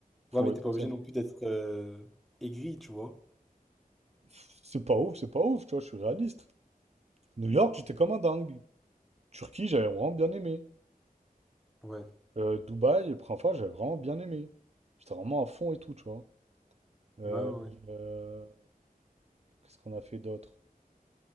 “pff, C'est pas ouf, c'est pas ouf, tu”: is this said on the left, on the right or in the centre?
Right